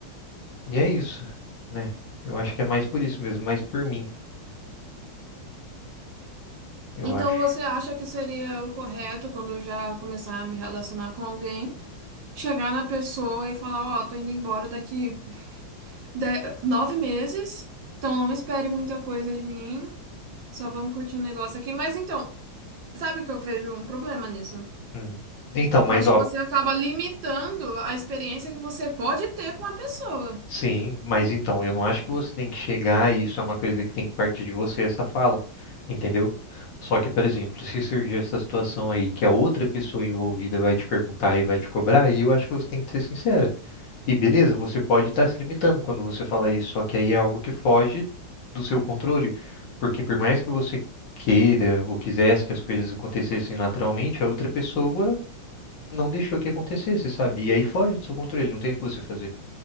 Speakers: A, on the left; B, on the right.
A: E é isso, né? Eu acho que é mais por isso mesmo, mais por mim. eu
B: Então,
A: acho.
B: você acha que seria o correto quando eu já começar a me relacionar com alguém, chegar na pessoa e falar, ó, tô indo embora daqui de- nove meses, então não espere muita coisa de mim. Só vamos curtir um negócio aqui. Mas então, Sabe o que eu vejo um problema nisso?
A: Hum. Então, mas
B: Eu acho
A: ó,
B: que você acaba limitando a experiência que você pode ter com a pessoa.
A: sim, mas então, eu não acho que você tem que chegar e isso é uma coisa que tem que partir de você, essa fala, entendeu? Só que, por exemplo, se surgir essa situação aí que a outra pessoa envolvida vai te perguntar e vai te cobrar, aí eu acho que você tem que ser sincera. E beleza, você pode estar se limitando quando você fala isso, só que aí é algo que foge do seu controle, porque por mais que você queira ou quisesse que as coisas acontecessem naturalmente, a outra pessoa não deixou que acontecesse, sabe? E aí foge do seu controle, não tem o que você fazer.